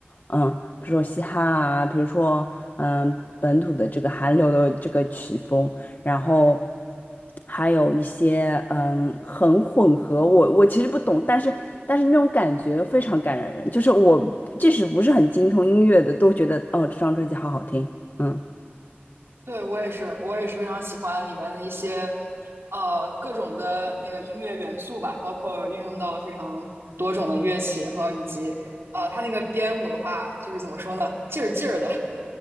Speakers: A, on the left; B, on the right.
A: 嗯，比如说嘻哈啊，比如说嗯、本土的这个韩流的这个曲风。然后还有一些嗯很混合，我我其实不懂，但是但是那种感觉非常感染人，就是我即使不是很精通音乐的，都觉得哦这张专辑好好听，嗯，
B: 对，我也是，我也是非常喜欢里面的一些呃各种的那个音乐元素吧，包括运用到了非常多种的乐器，然后以及呃他那个编舞的话，就是怎么说呢，劲儿劲儿的。